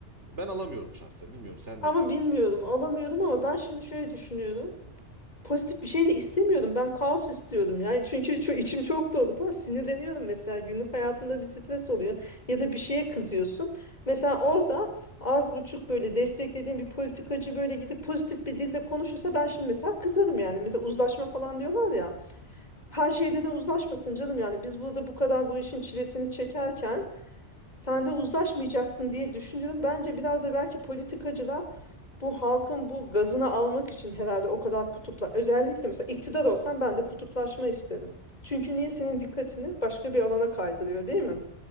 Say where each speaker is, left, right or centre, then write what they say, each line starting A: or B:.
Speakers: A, on the right (about 70°); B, on the left (about 35°).
A: Ben alamıyorum şahsen. Bilmiyorum sen
B: Ama
A: ne düşünüyorsun?
B: bilmiyordum, alamıyordum ama ben şimdi şöyle düşünüyorum. Pozitif bir şey de istemiyordum. Ben kaos istiyordum. Yani çünkü çok, içim çok dolu. Tamam sinirleniyorum mesela. Günlük hayatında bir stres oluyor. Ya da bir şeye kızıyorsun. Mesela orada
A: Hı hı.
B: az buçuk böyle desteklediğim bir politikacı böyle gidip pozitif bir dille konuşursa ben şimdi mesela kızarım yani. Mesela uzlaşma falan diyorlar ya. Her şeyde de uzlaşmasın canım yani. Biz burada bu kadar bu işin çilesini çekerken sen de uzlaşmayacaksın diye düşünüyorum. Bence biraz da belki politikacılar bu halkın bu gazını almak için herhalde o kadar kutupla özellikle mesela iktidar olsam ben de kutuplaşma isterim. Çünkü niye senin dikkatini başka bir alana kaydırıyor değil mi?